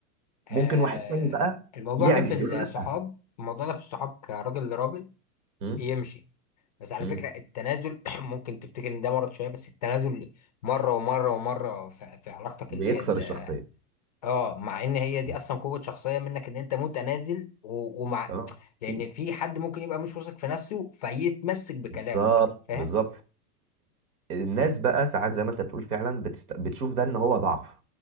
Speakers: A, on the left; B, on the right.
A: آه
B: ممكن واحد تاني بقى
A: الموضوع
B: يعند
A: ده في
B: يقول له
A: الصحاب
B: لا
A: الموضوع ده في الصحاب كراجل لراجل
B: مم.
A: يمشي بس على
B: مم.
A: فكرة التنازل <clears throat> ممكن تفتكر ان ده مرض شوية بس التنازل مرة ومرة ومرة في, في علاقتك
B: بيكسر
A: اللي هي ال-
B: الشخصيه
A: اه مع ان هي دي
B: مم.
A: اصلا قوة شخصية منك ان انت متنازل و- ومع
B: اه
A: <tsk> لان
B: في
A: في حد ممكن يبقى مش واثق في نفسه فيتمسك بكلامه
B: بالظبط
A: فاهم
B: بالظبط الناس بقى ساعات زي ما انت بتقول فعلا بتست... بتشوف ده ان هو ضعف